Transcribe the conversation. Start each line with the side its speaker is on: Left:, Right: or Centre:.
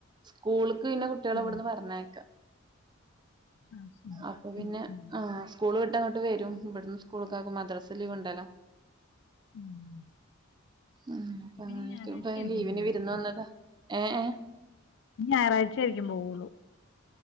Right: സ്കൂള്ക്ക് പിന്നെ കുട്ട്യെളെവട്ന്ന്
Left: ഓ
Right: പർഞ്ഞേക്കാ.
Left: അത് ശരി
Right: അപ്പൊ പിന്നെ
Left: ഉം ഉം
Right: ആഹ് സ്കൂൾ വിട്ടാ ഇങ്ങട്ട് വെരും. ഇബട്ന്ന് സ്കൂൾക്കാക്കും മദ്രസ ലീവ്ണ്ടല്ലോ.
Left: ഉം
Right: ഉം ഇപ്പങ്ങനെ
Left: അപ്പൊ ഇനി ഞായറാഴ്ച
Right: ഇപ്പോ ഞാൻ
Left: ആയിരിക്കും
Right: ലീവിന്
Left: പോവുള്ളൂ
Right: വിര്ന്ന് വന്നതാ. ഏഹ് ഏഹ്
Left: ഇ ഞായറാഴ്ചായിരിക്കും പോവുള്ളൂ.